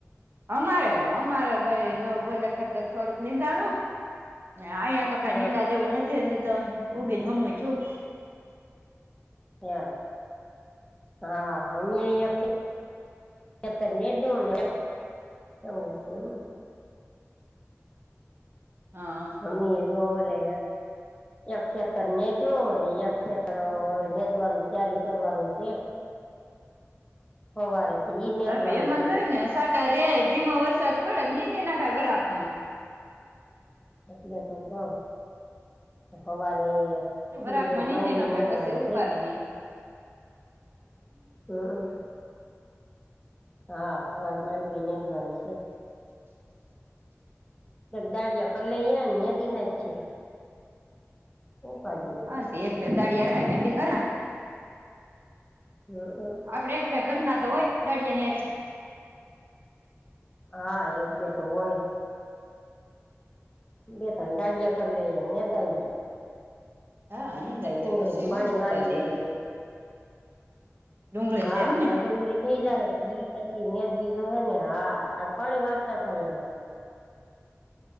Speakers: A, on the right; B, on the left.
A: અમારે અમારે ભાઈ <unintelligible> એના કરતા થોડુંક નિંદાણું ને આયા તો કઈ
B: હ
A: નિંદા જેવું નથી હજી તો ઊંગી ને સમુ થયું.
B: હા હા અમે હહીંયા ખેતર નીદીયુ ને <unintelligible>
A: હ હ.
B: હમિયે જો લે એક ખેતર નેડયુ ને એક ખેતર હવે નેદવાની તૈયાર કરવાની છે. સવારે થી ઈ નિદવાનું
A: હવે એમ જ
B: છે
A: હોય ને સાટા રે ધીમાો વરસાદ પડે નીદી નખાય વરાખ માં.
B: એટલે તો કહું સવારે <unintelligible>
A: વરાપમાં નીંદી
B: માંડવી
A: નખાય
B: નેદવાની
A: પછી ઉપાધિ
B: છે
A: ની
B: હમ. હા સવારે માંડવી નેદવાની છે. દાળિયા કરી લઈએ અને નેદી નાખીએ. ઉપાડી નઈ
A: હા એક બે દાળિયા રખાય.
B: હઅ.
A: આપડે એક બે ઘરના તો હોય દાડિયાની સાથે.
B: હા એક બે તો હોય. બે તન દાળિયા કરી લઈએ નેદાય જાય.
A: હા નિંદાઈ
B: ડુંગળીમાં
A: જાય પછી
B: પાણી
A: હું ઉપાધિ
B: વાળી દેવાનું
A: ની ડુંગળી
B: હા
A: છે એમને
B: તન. ડુંગળી થઈ જાય ઈ પછી નેદવી જોશે ને હા આ પાણી વારતા થાય એમાં.
A: <unintelligible>